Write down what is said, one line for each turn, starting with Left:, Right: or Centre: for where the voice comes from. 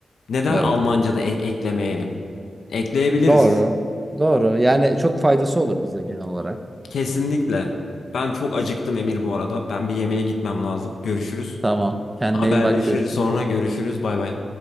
Left: Neden
Right: Evet.
Left: Almanca da ek- eklemeyelim? Ekleyebiliriz.
Right: Doğru. Doğru. Yani çok faydası olur bize genel olarak.
Left: Kesinlikle. Ben çok acıktım Emir bu arada. Ben bir yemeğe gitmem lazım. Görüşürüz.
Right: Tamam. Kendine
Left: Haberleşiriz
Right: iyi bak. Görüşürüz.
Left: sonra görüşürüz. Bay bay.